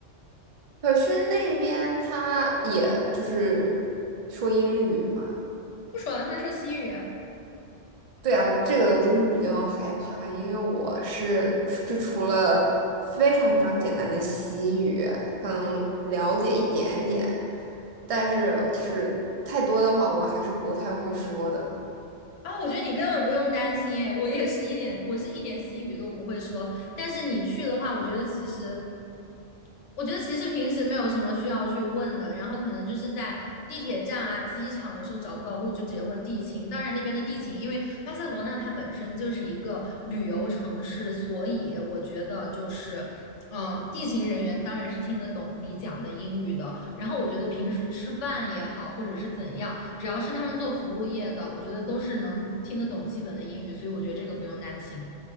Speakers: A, on the right; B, on the left.
A: 可是那边他也就是说英语嘛。
B: 不说了，他们说西语啊，
A: 对啊，我这个我就是比较害怕，因为我是就除了非常非常简单的西语，可能了解一点点，但是就是太多的话，我还是不太会说的。
B: 啊，我觉得你根本不用担心，哎，我也是一点，我是一点西语都不会说。但是你去的话，我觉得其实我觉得其实平时没有什么需要去问的，然后可能就是在地铁站啊、机场，有时候找不到路就直接问地勤。当然那边的地勤，因为巴塞罗那它本身就是一个旅游城市，所以我觉得就是。嗯，地勤人员当然是听得懂你讲的英语的。然后我觉得平时吃饭也好，或者是怎样，只要是他们做服务业的，我觉得都是能听得懂基本的英语，所以我觉得这个不用担心。